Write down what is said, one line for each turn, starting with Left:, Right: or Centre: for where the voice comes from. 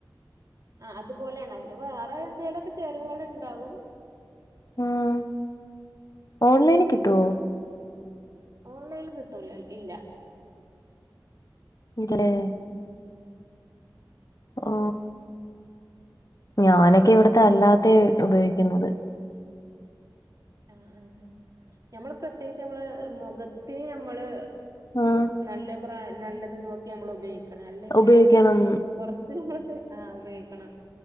Right: ആ അതുപോലെയാണ് അതിന്റെ വേറെ എന്തെലുമൊക്കെ ചേരുവകൾ ഉണ്ടാകും.
Left: മം ഓൺലൈനിൽ കിട്ടുവോ?
Right: ഓൺലൈനിൽ കിട്ടൂല്ലാ ഇല്ല.
Left: ഇതല്ലേ ഓ ഞാനൊക്കെ ഇവിടത്തെ അല്ലാത്ത ഉപയോഗിക്കുന്നത്.
Right: ആ, ആ, നമ്മള്, പ്രത്യേകിച്ച്, നമ്മള്, മുഖത്തിന്, നമ്മള്.
Left: ആഹ്
Right: നല്ല ബ്രാൻ നല്ലത് നോക്കി നമ്മള് ഉപയോഗിക്കണം അല്ലെങ്കിൽ
Left: ഉപയോഗിക്കണം
Right: നനമ്മ പൊറത്ത് <unintelligible> ആഹ് ഉപയോഗിക്കണം